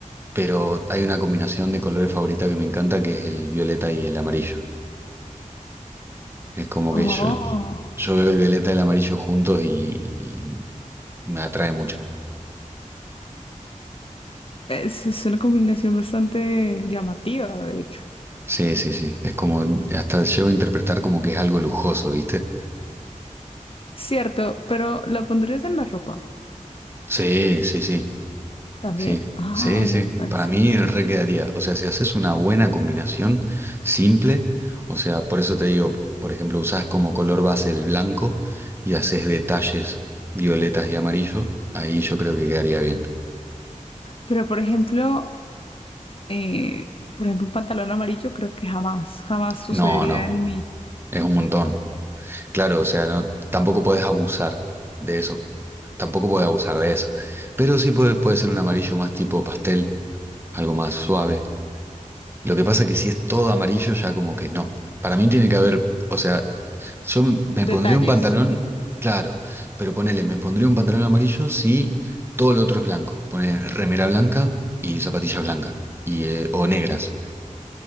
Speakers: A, on the right (about 20°); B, on the left (about 45°).
A: pero hay una combinación de colores favorita que me encanta que es el violeta y el amarillo. Es como
B: Oh,
A: que yo, yo veo el violeta y el amarillo juntos y, y me atrae mucho.
B: es, es una combinación bastante llamativa, de hecho.
A: Sí, sí, sí. Es como, hasta llego a interpretar como que es algo lujoso, ¿viste?
B: Cierto, pero ¿la pondrías en la ropa
A: Sí, sí, sí,
B: también?
A: sí,
B: Ah,
A: sí, sí.
B: vea, pues.
A: Para mí re quedaría. O sea, si haces una buena combinación, simple, o sea, por eso te digo, por ejemplo, usás como color base el blanco y haces detalles violetas y amarillo, ahí yo creo que quedaría bien.
B: Pero, por ejemplo, eh, por ejemplo, un pantalón amarillo, creo que jamás, jamás sucedería
A: No, no,
B: en mí.
A: es un montón. Claro, o sea, no, tampoco podés abusar de eso, tampoco podés abusar de eso. Pero sí puede, puede ser un amarillo más tipo pastel, algo más suave. Lo que pasa es que si es todo amarillo, ya como que no. Para mí tiene que haber, o sea, yo m- me
B: Detalles.
A: pondría un pantalón, claro, pero ponele, me pondría un pantalón amarillo si todo lo otro es blanco. Poner remera blanca y zapatillas blancas, y, eh, o negras,